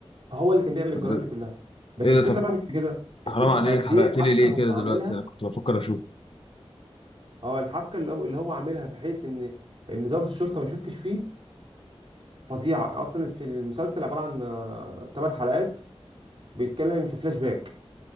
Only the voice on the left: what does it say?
ده-
ايه ده
طب
حرام عليك
حرقت
لي ليه
كده دلوقتي
انا كنت بفكر اشوف